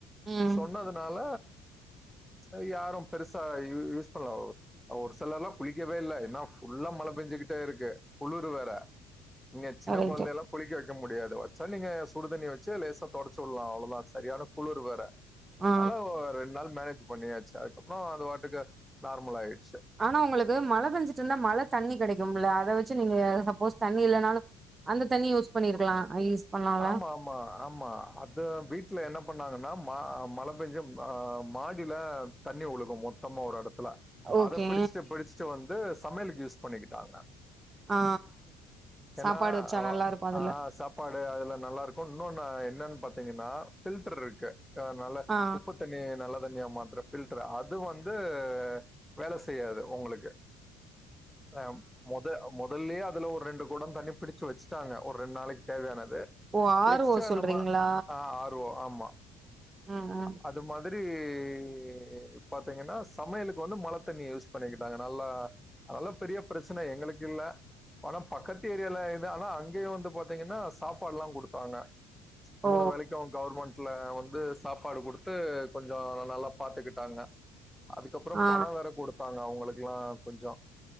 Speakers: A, on the right; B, in the centre.
A: ம்
B: சொன்னதுனால சரி யாரு பெருசா இ யூஸ் <unintelligible> ஒரு சிலர்ல்லா குளிக்கவே இல்ல ஏன்னா ஃபுல்லா மழ பெஞ்சுகிட்டே இருக்கு குளுரு வேற ங்க சின்ன
A: கரெக்ட்டு
B: குழந்தைள்ளா குளிக்க வெக்க முடியாது வச்சா நீங்க சுடுதண்ணி வெச்சு லேசா தொடச்சு உட்லா அவ்ளோதா சரியான குளுரு வேற
A: ஆ
B: அதனால ரெண்டு நாள் மேனேஜ் பண்ணியாச்சு அதுக்கப்பறம் அது வாட்டுக்கு நார்மல் ஆயிடுச்சு
A: ஆனா உங்குளுக்கு மழ பெஞ்சுட்டு இருந்தா மழ தண்ணி கெடைக்கும்ல அத வெச்சு நீங்க சப்போஸ் தண்ணி இல்லனாலு அந்த தண்ணி யூஸ் பண்ணிருக்கலா யூஸ் பண்ணலால
B: ஆமா ஆம் மா ஆம்மா அத வீட்ல என்ன பண்ணாங்கன்னா மா மழ பெஞ்சு ஆ மாடில தண்ணி ஒழுகு மொத்தமா ஒரு எடத் துல
A: ஓகே
B: அத பிடிச்சுட்டு பிடிச்சுட்டு வந்து சமயலுக்கு யூஸ் பண்ணிக்கிட்டாங்க
A: ஆ சாப்பாடு
B: என்னா
A: வச்சா நல்லா இருக்கு அதுல
B: ஆ சப் <unintelligible> அதுல நல்லா இருக்கு இன்னொன்னு என்னன் பாத்தீங்கன்னா ஃபில்டர் இருக்கு நல்லா
A: ஆ
B: உப்புத் தண்ணிய நல்ல தண்ணியா மாத்துர ஃபில்டர் அது வந்து வேல செய்யாது உங்குளுக்கு ஆ மொத மொதல்யே அதுல ஒரு ரெண்டு கொடம் தண்ணி பிடிச்சு வெச்சுட்டாங்க ஒரு ரெண்டு நாளைக்கு தேவையான து
A: ஓ ஆர்
B: எக்ஸ்ட்ரா
A: ஓ சொல்றீங்களா
B: நம்ம ஆ ஆர்ஓ ஆமா
A: ம் ம்
B: அ து மாதிரி ஏ பாத்தீங்கன்னா சமையலுக்கு வந்து மழத்தண்ணி யூஸ் பண்ணிக்கிட்டாங்க நல்லா அதலா பெரிய பிரச்சன எங்களுக்கு இல்ல ஆனா பக்கத்து ஏரியால இது ஆனா அங்கயு வந்து பாத்தீங்கன்னா சாப்பாட்ல்லா குடுத்தாங்க
A: ஓ
B: மூணு வேலைக்கு கவர்மெண்ட்ல வந்து சாப்பாடு குடுத்து கொஞ்சம் நல்லா பாத்துக்கிட்டாங்க அதுக்கப்பறம்
A: ஆ
B: பணம் வேற குடுத்தாங்க அவங்களுக்குல்லா கொஞ்சொ